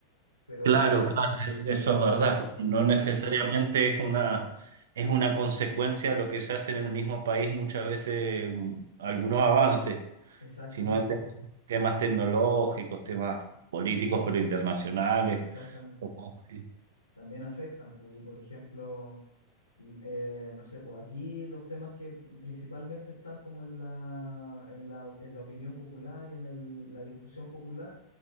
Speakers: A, on the left; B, on the right.
A: pero...
B: Claro, claro, es- eso
A: Pero
B: es verdad. No
A: pero
B: necesariamente
A: claro,
B: es una, es una consecuencia de lo que se hace en el mismo país muchas veces mm, algunos avances,
A: exactamente,
B: sino de temas, temas tecnológicos, temas políticos, pero internacionales.
A: exactamente.
B: o cosas así.
A: También afectan, pues, y por ejemplo, l- eh, no sé, pues aquí los temas que principalmente están como en la, en la, en la opinión popular y en el- la discusión popular,